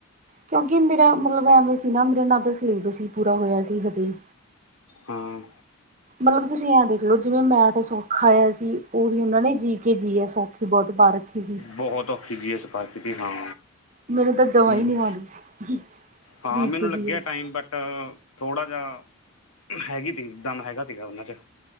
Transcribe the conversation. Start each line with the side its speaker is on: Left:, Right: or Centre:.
Right: ਕਿਉਂਕਿ ਮੇਰਾ ਮਤਲਬ ਐਵੇਂ ਸੀ ਨਾ, ਮੇਰੇ ਨਾਲ ਤਾਂ ਸਿਲੇਬਸ ਹੀ ਪੂਰਾ ਹੋਇਆ ਸੀ ਹਜੇ
Left: ਹਾਂ-
Right: ਮਤਲਬ ਤੁਸੀਂ ਐ ਦੇਖਲਓ ਜਿਵੇਂ ਮੈਂਥ ਤਾਂ ਸੌਖਾ ਆਇਆ ਸੀ, ਉਹੀ ਉਹਨਾਂ ਨੇ ਜੀ ਕੇ ਜੀ ਹੈ ਸੌ ਕਿ ਬਹੁਤ ਪਾ ਰੱਖੀ ਸੀ।
Left: ਬਹੁਤ ਔਖੀ ਜ ਐਸ ਪਾ ਰ ਖੀ ਦੀ, ਹਾਂ।
Right: ਮੈਨੂੰ ਤਾਂ ਜਮਾ
Left: ਹ
Right: ਹੀ ਨਹੀਂ ਆਉਂਦੀ ਸੀ
Left: ਹਾਂ
Right: ਜੀ
Left: ਮੈਨੂੰ
Right: ਕੇ ਜੀ
Left: ਲੱਗਿਆ
Right: ਐਸ
Left: ਟਾਈਮ, ਬਟ ਥੋੜ੍ਹਾ ਜਿਹਾ ਹੈਗੀ ਤੀ ਦਮ ਹੈਗਾ ਸੀਗਾ, ਉਹਨਾਂ 'ਚ